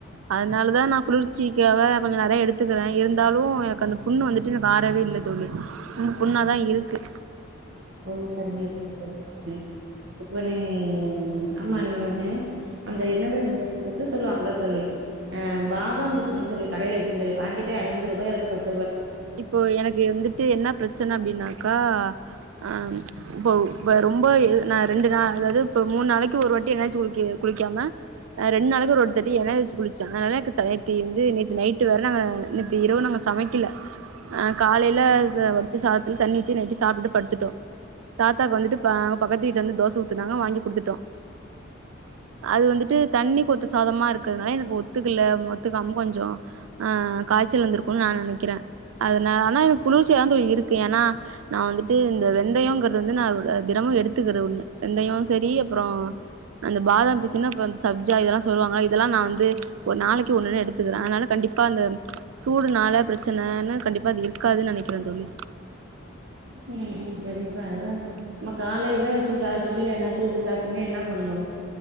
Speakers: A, on the right (about 85°); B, on the right (about 65°).
A: அதனாலதா நா குளிர் கட்சிக்காக கொஞ்ச நெறைய எடுத்துக்கிறே இருந்தாலும் எனக்கு அந்த புண்ணு வந்துட்டு எனக்கு ஆரவே இல்ல தோழி இன்னு புண்ணாதா இருக்கு
B: ஓ சரிங்க தோழி சரிங்க தோழி இப்ப நீ ஆமா நீங்க ஒண்ணு அந்த என்னது <unintelligible> இது சொல்லுவாங்கள தோழி ஆ பாதாம் பிசின்னு சொல்லி கடைல விக்கிம் தோழி பாக்கெட் ஐந்து ரூபாய் அல்லது பத்
A: இப்போ எனக்கு வந்துட்டு என்ன பிரச்சன அப்படின்னாக்கா ஆ இப்போ இப்ப ரொம்ப நா ரெண்டு நாள் அதாவது இப்ப மூணு நாளக்கி ஒரு வாட்டி என்னாச்சு குளி குளிக்காம ஆ ரெண்டு நாளக்கி ஒருத்தட்டி எனச்சு குளிச்சே அதனால எனக்கு நேத்தி வந்து நேத்தி நைட்டு வேற நாங்க நேத்த இரவு நாங்க சமைக்கல அ காலையில வடிச்சி சாதத்துல தண்ணி ஊத்தி நைட்டு சாப்பிட்டு படுத்துட்டோ தாத்தாக்கு வந்துட்டு அங்க பக்கத்துக்கட்டு வந்து தோசை ஊத்துனாங்க வாங்கி குடுத்துட்டோ அது வந்துட்டு தண்ணி கொத்த சாதமா இருக்கிறதுதுனால எனக்கு ஒத்துக்கல ஒத்துக்காம கொஞ்ச ஆ காய்ச்சல் வந்திருக்கும்ன்னனு நா நினைக்கிறே அதனால ஆனா எனக்கு குளிர்ச்சியாவ இருக்கு ஏன்னா நா வந்துட்டு இந்த வெந்தயம்ங்கிறது வந்து நா தினமும் எடுத்துக்கற ஒண்ணு வெந்தயம் சேரி அப்புறம் அந்த பாதாம் பீசுன்னு அப்புறம் அந்த சப்ஜா இதெல்லா சொல்லுவாங்களா இதெல்லா நா வந்து ஒரு நாளைக்கு ஒண்ணுன்னு எடுத்துக்கிறே அதனால கண்டிப்பா அந்த சூடுனால பிரச்சனைன்னு கண்டிப்பா அது இருக்காதுன்னு நினைக்கிறே தோழி
B: ம் ம் கண்டிப்பா அத
A: ம்
B: நம்ம காலைலே வச்சு சாப் இப்பவே என்ன தூக்கி சாப்பீங்க என்ன பண்ணு